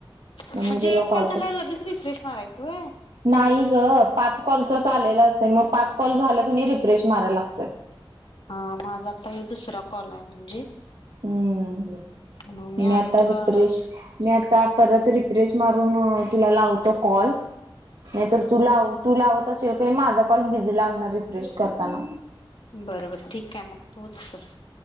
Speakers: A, on the left; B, on the right.
A: म्हणजे
B: मी तुला
A: एक
B: कॉल
A: झाल्यावर
B: कर
A: लगेच रिफ्रेश मारायचं व्हय
B: नाही ग पाच कॉलच आलेलं असतंय मग पाच कॉल झालं कनी रिफ्रेश माराय लागतय.
A: हा माझा आता हे दुसरा कॉल आहे म्हणजे
B: हम्म
A: म मी आणि
B: आता
A: तुला
B: रिफ्रेश मी आता परत रिफ्रेश मारून तुला लावतो कॉल, नाहीतर तू लाव. तू लावत अशील कनी माझा कॉल बिझी लागणार रिफ्रेश करताना.
A: बर बर ठीक आहे मग तू च कर.